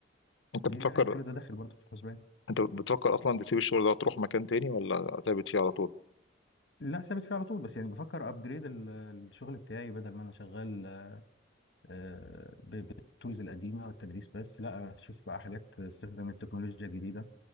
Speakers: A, on the left; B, on the left.
A: انت
B: يعني
A: بتفكر
B: كل ده داخل برضه في الحسبان
A: انت بتفكر اصلا تسيب الشغل ده وتروح مكان تاني ولا ثابت فيه على طول
B: لا ثابت فيه على طول بس يعني بفكر ابجريد الشغل بتاعي بدل ما انا شغال آه، ب- بالتولز القديمه والتدريس بس لا اشوف بقى حاجات استخدام التكنولوجيا الجديده